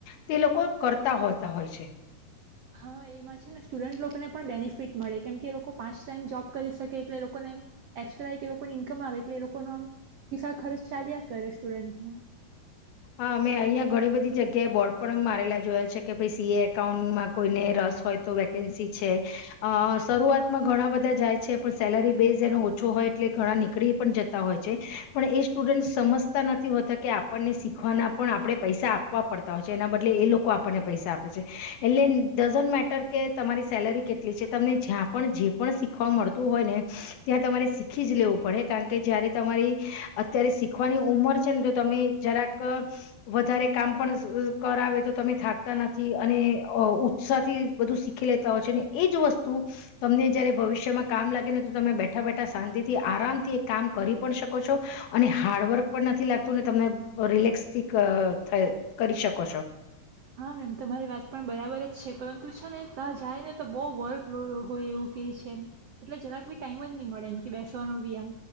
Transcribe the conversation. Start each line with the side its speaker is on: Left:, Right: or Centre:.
Left: તે લોકો કરતા હોતા હોય છે.
Right: હા એમાં છે ને સ્ટુડન્ટ લોકોને પણ બેનિફિટ મળે. કેમ કે એ લોકો પાંચ ટાઈમ જોબ કરી શકે એટલે એ લોકોને એમ એક્સ્ટ્રા કે લોકોને ઈન્કમ આવે એટલે એ લોકોનો આમ હિસા ખર્ચ ચાલ્યા કરે સ્ટુડન્ટનો.
Left: હા મે અહીંયા ઘણી બધી જગ્યાએ બોર્ડ પણ મારેલા જોયા છે કે ભાઈ સી એ એકાઉન્ટમાં કોઈને રસ હોય તો વેકેન્સી છે. અહ શરૂઆતમાં ઘણા બધા જાય છે પણ સેલરી બેઝ એનો ઓછો હોય એટલે ઘણા નીકળી પણ જતા હોય છે. પણ એ સ્ટુડન્ટ સમજતા નથી હોતા કે આપણને શીખ ખવાના પણ આપણે પૈસા આપવા પડતા હોય છે. એના બદલે એ લોકો આપણને પૈસા આપે છે. એટલે ડઝન્ટ મેટર કે તમારી સેલેરી કેટલી છે, તમને જ્યાં પણ જે પણ શીખવા મળતું હોય ને ત્યાં તમારે શીખી જ લેવું પડે. કારણ કે જયારે તમારી અત્યારે શીખવાની ઉંમર છે ને તો તમે જરાક ક વધારે કામ પણ સ કરાવે તો તમે થાકતા નથી અને ઉ-ઉત્સાહથી બધું શીખી લેતા હોયો ને એજ વસ્તુ તમને જયારે ભવિષ્યમાં કામ લાગે ને તો તમે બેઠા બેઠા શાંતિ થી આરામથી કામ કરી પણ શકો છો અને હાર્ડવર્ક પણ નથી લાગતું ને તમને રિલેક્સ થી ક થ કરી શકો છો.
Right: હા મેમ તો મારી વાત પણ બરાબર જ છે. પરંતુ છે ને ત્યાં જાય ને તો બહુ વર્ક લોડ હોય એવું કહે છે. એટલે જરાક બી ટાઈમ જ નહીં મળે એમ કે બેસવાનો બી એમ